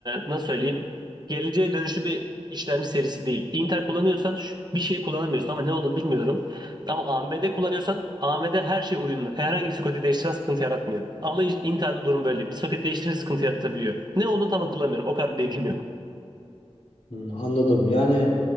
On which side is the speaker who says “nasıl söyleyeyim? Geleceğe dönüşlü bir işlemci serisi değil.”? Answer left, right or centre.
Right